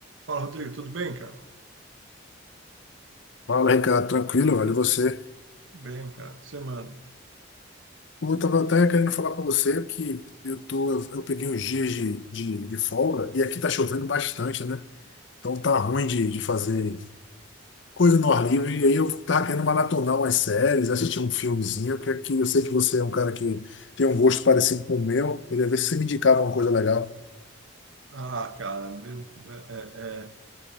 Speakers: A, on the right; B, on the left.
A: Fala, Rodrigo, tudo bem, cara?
B: Fala, Ricardo, tranquilo, velho. E você?
A: Bem, cara, o que você manda?
B: Eu tava até querendo falar com você que eu tô, eu, eu peguei uns dias de, de, de folga e aqui tá chovendo bastante, né? Então tá ruim de, de fazer coisa no ar livre. E aí eu tava querendo maratonar umas séries, assistir um filmezinho, que aqui eu sei que você é um cara que tem um gosto parecido com o meu. Queria ver se você me indicava uma coisa legal.
A: Ah, cara, eu- é- é- é,